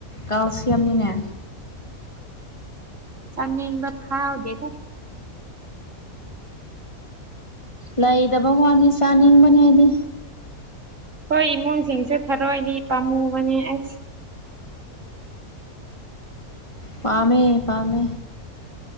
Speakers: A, on the left; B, on the right.
A: ꯀꯥꯎꯁꯤꯌꯥꯝꯅꯤꯅꯦ
B: ꯑꯩ ꯆꯅ ꯏꯕ ꯍꯥꯥꯎꯗꯦꯗ
A: ꯂꯩꯗꯕ ꯋꯥꯅꯤ ꯆꯥꯅꯤꯡꯕꯅꯦ ꯍꯥꯏꯗꯤ
B: ꯍꯣꯏ ꯏꯃꯨꯡꯁꯤꯡꯁꯨ ꯊꯔꯣꯏꯗꯤ ꯄꯥꯝꯃꯨꯕꯅꯦ ꯑꯁ
A: ꯄꯥꯝꯃꯦ ꯄꯥꯝꯃꯦ